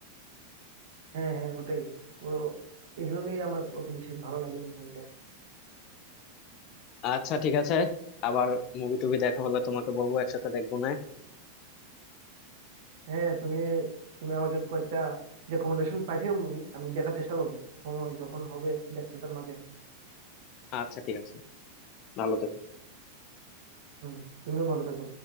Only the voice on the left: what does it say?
আচ্ছা ঠিক আছে আবার মুভি টুভি দেখা হলে তোমাকে বলবো একসাথে দেখবো না
আচ্ছা ঠিক আছে ভালো থেকো